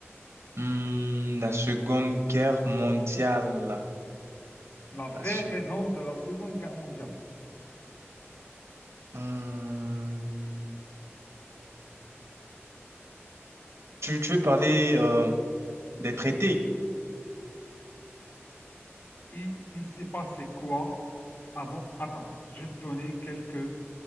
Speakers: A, on the right; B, on the left.
A: Hmm, la Seconde Guerre mondiale.
B: La vraie
A: La se-
B: raison de la Seconde Guerre mondiale.
A: Hmm. Tu, tu veux parler euh, des traités?
B: il, il s'est passé quoi avant? Attends, je vais te donner quelques